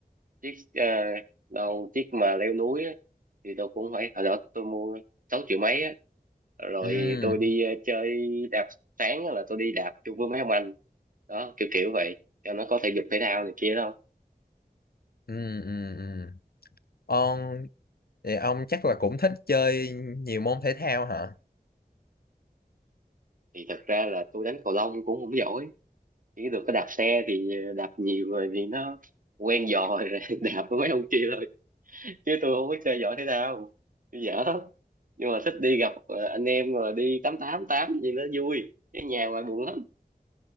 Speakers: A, on the right; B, on the left.
A: chiếc ờ, đâu chiếc mà leo núi á, thì tôi cũng phải hồi đó tôi mua 6 triệu mấy á rồi
B: ừ
A: tôi đi ờ, chơi đạp sáng á là tôi đi đạp chung với mấy ông anh đó kiểu kiểu vậy cho nó có thể dục thể thao này kia đâu.
B: ừ ừ ừ ông thì ông chắc là cũng thích chơi nhiều môn thể thao hả
A: thì thật ra là tôi đánh cầu lông cũng không giỏi chỉ được cái đạp xe thì ờ, đạp nhiều rồi thì nó quen giò rồi <laughs> đạp với mấy ông kia thôi chứ tôi không có chơi giỏi thể thao tôi dở lắm nhưng mà thích đi gặp ờ, anh em rồi đi tám tám tám gì nó vui cái nhà ngoài buồn lắm